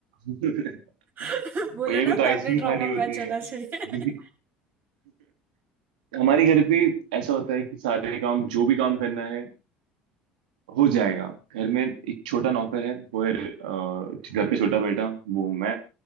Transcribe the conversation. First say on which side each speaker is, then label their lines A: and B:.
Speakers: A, on the right; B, on the right.
A: <laughs> भैया
B: <laughs> बोला ना
A: को तो आइसक्रीम
B: फैमिली ट्रॉमा
A: खानी होती
B: मैच होना
A: है
B: चाहिए
A: <laughs> हमारे घर पे ऐसा होता है कि सारे काम जो भी काम करना है हो जाएगा
B: हम्म
A: घर में एक छोटा नौकर है वो है अ, घर पे छोटा बेटा वो हूं मैं